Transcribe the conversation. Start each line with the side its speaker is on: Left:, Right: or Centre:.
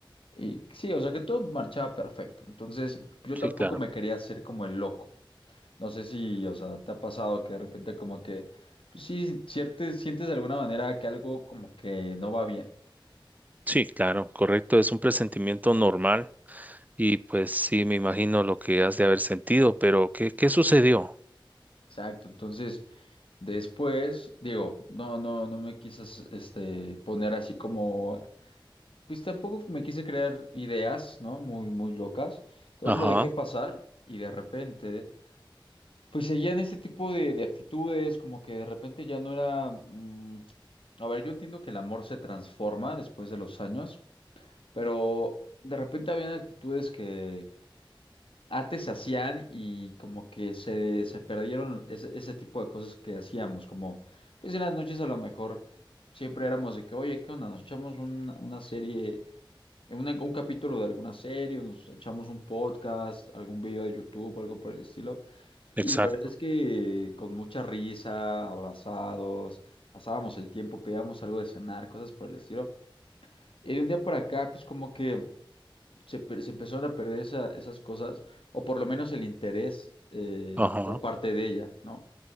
Left: y que sí, o sea, que todo marchaba perfecto. Entonces yo
Right: Sí,
Left: tampoco
Right: claro.
Left: me quería hacer como el loco. No sé si, o sea, te ha pasado que de repente como que, pues sí, cierte- sientes de alguna manera que algo como que no va bien.
Right: Sí, claro, correcto. Es un presentimiento normal y pues sí, me imagino lo que has de haber sentido, pero ¿qué, qué sucedió?
Left: Exacto. Entonces, después, digo, no, no, no me quisas, este, poner así como, pues tampoco me quise crear ideas, ¿no? Muy, muy locas. Entonces
Right: Ajá,
Left: lo dejé pasar y de repente, pues seguían ese tipo de, de actitudes, como que de repente ya no era, mm, a ver, yo entiendo que el amor se transforma después de los años. pero de repente habían actitudes que antes se hacían y como que se, se perdieron ese, ese tipo de cosas que hacíamos, como pues en las noches a lo mejor siempre éramos de que, oye, ¿qué onda? Nos echamos una, una serie, una- un capítulo de alguna serie, o nos echamos un podcast, algún video de YouTube o algo por el estilo.
Right: exacto.
Left: Y la verdad es que con mucha risa, abrazados, pasábamos el tiempo, pedíamos algo de cenar, cosas por el estilo. Y de un día para acá, pues como que se, per- se empezaron a perder esa- esas cosas, o por lo menos el interés eh,
Right: Ajá.
Left: por parte de ella, ¿no?